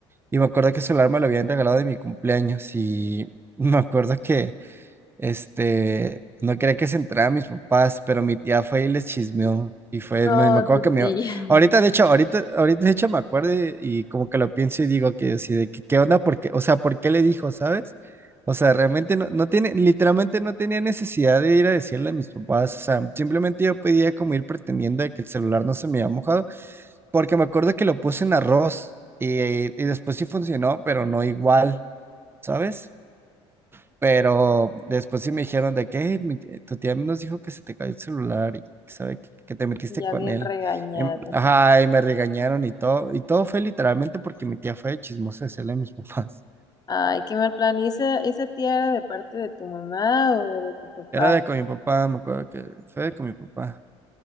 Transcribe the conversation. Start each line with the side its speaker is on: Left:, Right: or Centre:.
Right: Y me acuerdo que el celular me lo habían regalado de mi cumpleaños y <laughs> me acuerdo que este, no quería que se enteraran mis papás, pero mi tía fue y les chismeó. Y fue,
Left: No,
Right: me, me acuerdo
Left: tu
Right: que me...
Left: tía.
Right: Ahorita, de hecho, ahorita, ahorita, de hecho, me acuerdo y, y como que lo pienso y digo que, así de que, ¿qué onda? porque O sea, ¿por qué le dijo, sabes? O sea, realmente no, no tiene, literalmente no tenía necesidad de ir a decirle a mis papás. O sea, simplemente yo podía como ir pretendiendo de que el celular no se me había mojado, porque me acuerdo que lo puse en arroz y, y después sí funcionó, pero no igual, ¿sabes? Pero después sí me dijeron de que "Hey, mi t- tu tía nos dijo que se te cayó el celular y que sabe que, que te metiste
Left: <laughs> ya
Right: con
Left: bien
Right: él.
Left: regañado.
Right: Em, ajá, y me regañaron y todo. Y todo fue literalmente porque mi tía fue de chismosa de hacerle a mis <laughs> papás.
Left: Ay, qué mal plan. ¿Y esa, esa tía era de parte de tu mamá o de tu papá?
Right: Era de con mi papá, me acuerdo que fue de con mi papá.